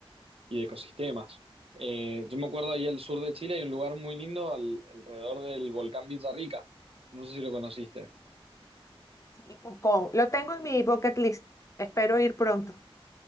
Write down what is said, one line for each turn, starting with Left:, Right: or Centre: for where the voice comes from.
Right: y de ecosistemas. Eh, yo me acuerdo ahí al sur de Chile hay un lugar muy lindo al- alrededor del volcán Villarrica. No sé si lo conociste.
Left: Y po- Con, lo tengo en mi bucket list, espero ir pronto.